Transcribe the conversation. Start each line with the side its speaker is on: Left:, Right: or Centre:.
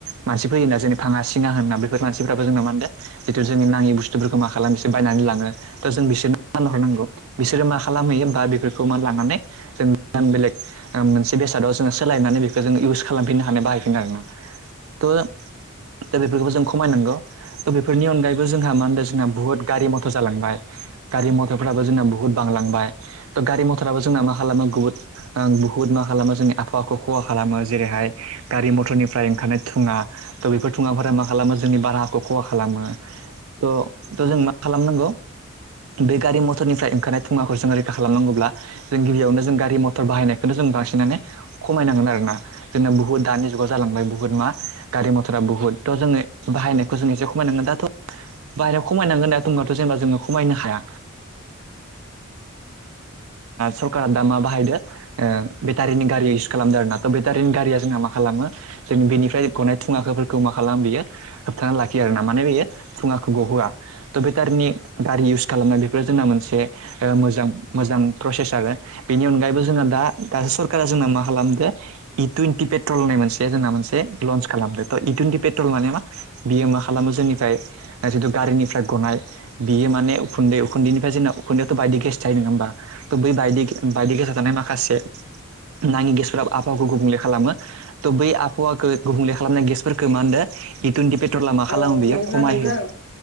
Right: मानसि फैयोना जेरै फाङा सिङा होनना बेफोर मानसिफ्राबो जोंना मा खामदो जिथु जोंनि नाङि बुस्थुफोरखौ मा खालामो एसोर बायनानै लाङो दा जों बिसोरनो <inaudible> हरनांगौ। बिसोरो मा खालामहैयो बा बेफोरखौ मा लानानै जों <unintelligible> बेलेग मोनसे बेसादाव जोङो सोलायनानै बेखौ जोङो इउस खालामफिननो हानाय बाहायफिनो आरो ना। थ' दा बेफोरखौबो जों खमायनांगौ। त बेफोरनि अनगायैबो जोंहा मा होनदों जोंहा बुहुत गारि मथर जालांबाय। गारि मथरफ्राबो जोंना बुहुत बांलांबाय। त' गारि मथराबो जोंना मा खालामो गुबुन ओं बुहुत मा खालामो जोंनि आबहावाखौ खहा खालामो जेरैहाय गारि मथरनिफ्राय ओंखारनाय धुङा त' बेफोर धुङाफोरा मा खालामो जोंनि बाराखौ खहा खालामो। थ' थ' जों मा खालामनांगौ बे गारि मटरनिफ्राय ओंखारनाय धुवाखौ जों रैखा खालामनांगौब्ला जों गिबियावनो जों गारि मथर बाहायनायखौनो जों बांसिनानो खमायनांगोन आरो ना। जोंना बुहुत दानि जुगाव जालांबाय बुहुत मा गारि मथरा बहुत थ' जोङो बाहायनाय जों एसे खमायनांगोन दाथ'। बाहेरायाव खमायनांगोन दा दब्लााथ' जेनेबा जोङो खमायनो हाया। सरकारा दा मा बाहायदो ओ बेटारिनि गारि इउस खालामदों आरो ना थ' बेटारिनि गारिया जोंहा मा खालामो जों बेनिफ्राय गनाय धुङाफोरखौ मा खालामो बियो? होबथाना लाखियो आरो ना माने बेयो फुङाखौ गहोआ। थ' बेटारिनि गारि इउस खालामनाय बेफोरो जोंना मोनसे मोजां मोजां प्रसेस आरो बेनि अनगायैबो जोंना दा दासो सरकारा जोंना मा खालामदो इ टुइन्टि पेट्रल होननाय मोनसे जोंना मोनसे लन्स खालामदों त इ टुइेन्टि पेट्रल माने मा? बियो मा खालामो जोंनिफ्राय जितु गारिनिफ्राय गनाय बियो माने उखुन्दै उखुन्दैनिफ्राय जोंना उखुन्दैआवथ' बायदि गेस थायो नङा होमबा? बै बायदि बायदि गेसाव थानाय माखासे नाङि गेसफोरा आबहावाखौ गुबुंले खालामो। त' बै आबहावाखौ गुबुंले खालामनाय गेसफोरखो मा होनदो इटुइन्टि पेट्रला मा
Left: ओ
Right: खालामो बेयो
Left: बिदिब्ला
Right: खमायहो,
Left: नोंथां